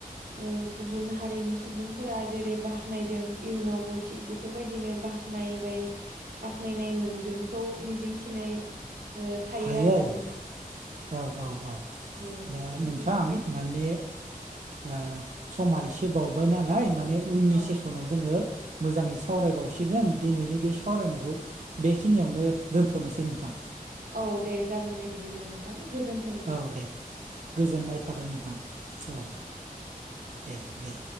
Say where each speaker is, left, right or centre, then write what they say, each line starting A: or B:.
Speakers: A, on the right (about 80°); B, on the right (about 50°).
A: ओ गुबुन हारिनि सुबुंफोरा जेरै बाख्नायदों इयुनावबो थिग बेफोरबायदिनो बाख्नाय बाय बाख्नायनाय मोनगोनखौ मिजिंथिनाय ओ थायो
B: हायो
A: आरोना
B: आरो
A: नोंथां
B: औ औ औ
A: औ
B: दा
A: थिग
B: नोंथां
A: बेफोरबायदिनो
B: माने ओ समा एसे बावबाय नालाय माने उननि
A: औ
B: सेसनाव जोङो मोजाङै सावरायबावसिगोन दिनैनि बे सावरायनायखौ बेखिनियावनो दोनथ'नोसै नोंथां।
A: औ दे जागोन दे बिदिब्ला नोंथां गोजोन
B: औ दे गोजोननाय थाबाय नोंथां औ दे दे